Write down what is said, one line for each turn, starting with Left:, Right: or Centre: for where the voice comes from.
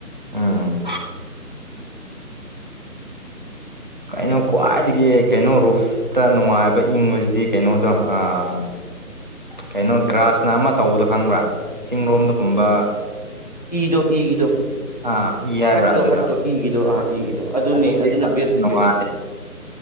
Right: ꯎꯝ ꯀꯩꯅꯣ ꯈ꯭ꯋꯥꯏꯗꯒꯤ ꯀꯩꯅꯣ ꯔꯨꯐ ꯇ ꯅꯨꯡꯉꯥꯏꯕ ꯏꯪꯕꯁꯤꯗꯤ ꯀꯩꯅꯣꯗꯣ ꯑꯥ ꯀꯩꯅꯣ ꯒ꯭ꯔꯥꯁꯅ ꯑꯃ ꯇꯧꯕꯗꯣ ꯈꯪꯕ꯭ꯔꯥ ꯆꯤꯡ ꯂꯣꯝꯗꯒꯨꯝꯕ
Left: ꯏꯗꯣ ꯏꯒꯤꯗꯣ
Right: ꯑꯥ ꯏ ꯍꯥꯏꯕ꯭ꯔꯥ
Left: ꯍꯠꯇꯣ
Right: ꯑꯗꯨꯗꯣ
Left: ꯍꯠꯇꯣ ꯏꯒꯤꯗꯣ ꯑꯥ ꯏꯒꯤꯗꯣ ꯑꯗꯨꯅꯦ
Right: ꯑꯗꯨꯗꯤ
Left: ꯑꯗꯨꯅ
Right: ꯐꯖꯅ
Left: ꯕꯦꯁ
Right: ꯅꯨꯡꯉꯥꯏ
Left: ꯀꯩꯅꯣ